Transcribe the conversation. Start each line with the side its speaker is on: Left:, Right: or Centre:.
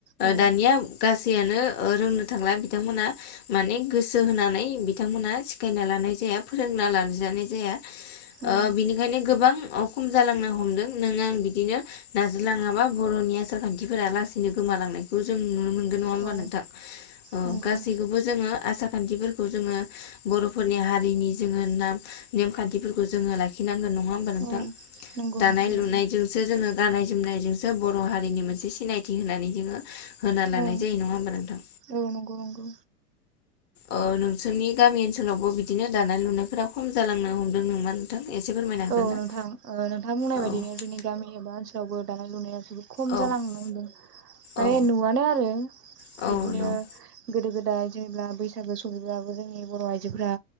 Right: औ
Left: दानिया गासैयानो रोंनो थांला बिथांमोना माने गोसो होनानै बिथांमोना सिखायना लानाय जाया फोरोंना लाजानाय जाया
Right: औ
Left: ओ बिनिखायनो गोबां खम जालांनो हमदों नों आं बिदिनो नाजलाङाबा बर'नि आसार खान्थिफोरा लासैनो गोमालांनायखौ जों नुनो मोनगोन नङा होमबा
Right: औ
Left: नोंथां? औ
Right: नंगौ
Left: गासैखौबो जोङो आसार खान्थिफोरखौ जोङो बरफोरनि हारिनि जोङो नाम नेमखान्थिफोरखौ जोङो लाखिनांगोन नङा होमबा नोंथां
Right: औ नंगौ
Left: दानाय
Right: नोंथां नंगौ
Left: लुनायजोंसो जोङो गाननाय जोमनायजोंसो बर' हारिनि मोनसे सिनायथि होनानै जोङो होना लानाय
Right: औ
Left: जायो नङा होमबा नोंथां?
Right: औ नंगौ नंगौ
Left: ओ नोंसोरनि गामि ओनसोलावबो बिदिनो दानाय लुनायफोरा खम जालांनो हमदों नोंमा नोंथां एसे फोरमायनो हागोन
Right: औ
Left: ना?
Right: नोंथां ओ नोंथां बुंनाय
Left: औ
Right: बायदिनो जोंनि गामि एबा ओनसोलावबो दानाय लुनाया <unintelligible>
Left: औ औ औ न'
Right: <unintelligible> जेब्ला बैसागो सफैब्लाबो जोंनि बर' आइजोफोरा